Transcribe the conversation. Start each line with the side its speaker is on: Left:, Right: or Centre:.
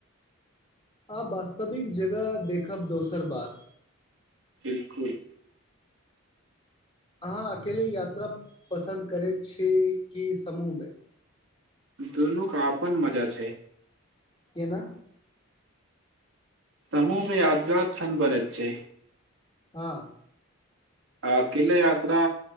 Left: आब वास्तविक जगह देखब दोसर बात
Right: बिलकुल
Left: अहाँ अकेले यात्रा पसन्द करैत छी कि समूहमे
Right: दुनूका अपन मजा छै
Left: केना
Right: समूह में यादगार छन बनत छै
Left: हँ
Right: आ अकेले यात्रा